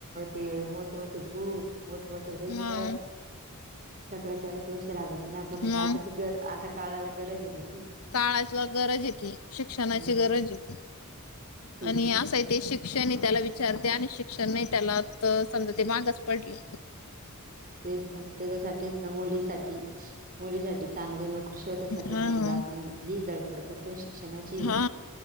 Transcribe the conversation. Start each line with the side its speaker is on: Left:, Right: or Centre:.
Right: ते मोठेमोठे बुक, मोठेमोठे रजिस्टर,
Left: मग
Right: सगळ्याच याला पैसे लागत, अन आपण,
Left: मग
Right: आता ती गर-आता काळाला गरज आहे ना ती!
Left: काळाला गरज आहे की, शिक्षणाची
Right: हम्म
Left: गरज आहे,
Right: तेच
Left: आणि
Right: ना
Left: असही ते शिक्षण आहे, त्याला विचारते आणि शिक्षण नाही त्याला तर समजा ते मागच पडले. <inaudible>
Right: तेच ना ग! त्याच्यासाठीच ना, मुलीसाठी. मुलीसाठी चांगली नोकरी शोधायसाठी,
Left: हा
Right: समजा आपण हीच धडपड करतो ना शिक्षणाची?
Left: हा.